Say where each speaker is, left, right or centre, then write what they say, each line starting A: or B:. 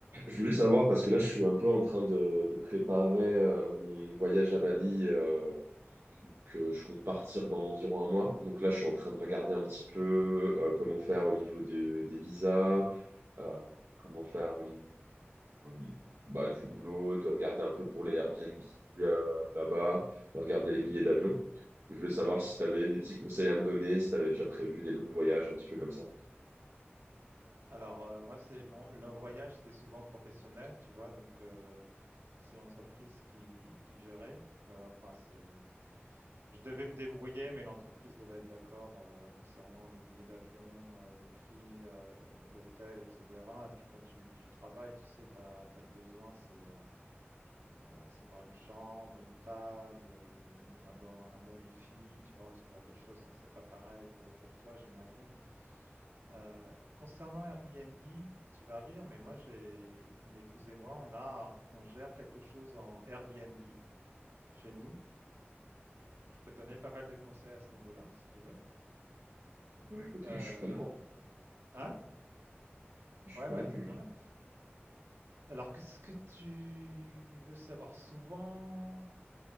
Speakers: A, on the right; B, on the right.
A: Je voulais savoir, parce que là, je suis un peu en train de, de préparer euh, mon voyage à Bali, euh, que je compte partir dans environ un mois. Donc là, je suis en train de regarder un petit peu euh, comment faire au niveau du- des visas, euh, comment faire au niveau euh, bah, du boulot, de regarder un peu pour les Airbnb euh, là-bas,
B: Ouais,
A: de regarder les billets d'avion. Je voulais savoir
B: ouais.
A: si tu avais des petits conseils à me donner, si tu avais déjà prévu des longs voyages, un petit peu comme ça.
B: Alors, heu, moi, c'est mon le voyage, c'était souvent professionnel, tu vois? Donc, heu, c'est l'entreprise qui qui gérait. Heu, enfin, c'est je devais me débrouiller, mais l'entreprise devait être d'accord, heu, concernant les billets d'avion, heu, le prix, heu, l'hôtel, et cetera. Et puis quand tu tu travailles, tu sais, tu as le besoin, c'est, heu heu, savoir une chambre, une table, heu, une un bon un bon wifi, tu vois? Ce genre de choses. Donc c'est pas pareil pour pour toi, j'imagine. Euh, concernant Airbnb, tu vas rire, mais moi, j'ai, mon épouse et moi, on a, on gère quelque chose en Airbnb chez nous. Je peux te donner pas mal de conseils à ce niveau-là, si tu veux.
A: Bah, écoute,
B: Euh,
A: oui, je suis preneur.
B: hein?
A: Je suis
B: Ouais,
A: preneur,
B: ouais, t'es
A: je veux
B: preneur.
A: bien.
B: Alors, qu'est-ce que tu veux savoir? Souvent,